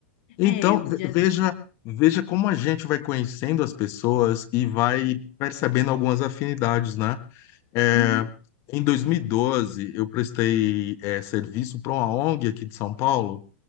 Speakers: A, on the left; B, on the left.
A: Então,
B: É,
A: ve-
B: já.
A: veja, veja como a gente vai conhecendo as pessoas e vai percebendo algumas afinidades, né? É,
B: Uhum,
A: em 2012, eu prestei é, serviço para uma ONG aqui de São Paulo,